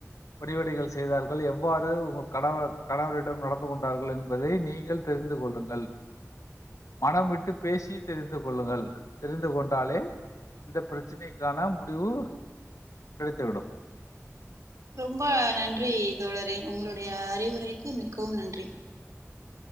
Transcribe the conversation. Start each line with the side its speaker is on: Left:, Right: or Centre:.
Left: படிவடைகள் செய்தார்கள் எவ்வாறு உங்கள் கணவ கணவரிடம் நடந்து கொண்டார்கள் என்பதை நீங்கள் தெரிந்து கொள்ளுங்கள் மனம் விட்டு பேசி தெரிந்து கொள்ளுங்கள் தெரிந்து கொண்டாலே இந்த பிரச்சனைக்கான முடிவு கிடைத்துவிடும்
Right: ரொம்ப நன்றி தோழரே உங்களுடைய அறிவுரைக்கு மிக்கவும் நன்றி